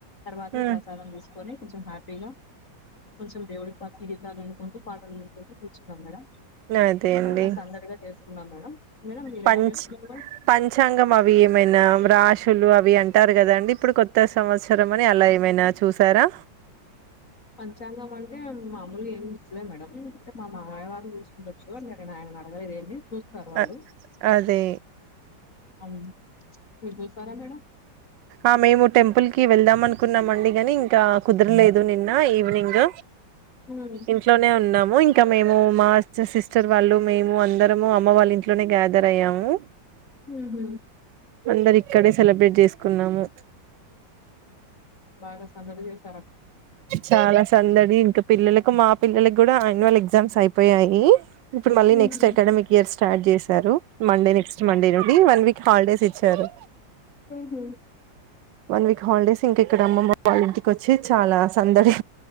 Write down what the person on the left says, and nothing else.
తర్వాతికి
ప్రసాదం తీసుకొని కొంచెం హపీలో కొంచెం దేవుడి భక్తి గీతాలు వినుకుంటూ పాటలు వినుకుంటూ కూర్చున్నాం మేడం
బాగా సందడిగా జరి ఏసుకున్నాం మేడం మేడం మీరు
ఎలా చేసుకున్నారు మేడం
పంచాంగం అంటే మామూలు ఏంలే మేడం మా మావయ్యవాళ్ళు చూసు కుండొచ్చు అన్నాడు ఆయన హలో ఏమి చూస్తారు వాళ్ళు
అవును. మీరు చూశారా మేడం
హ్మ్.
ఉ హు
బాగా సందడి చేసి
హుహు.
ఆ!
హుహు.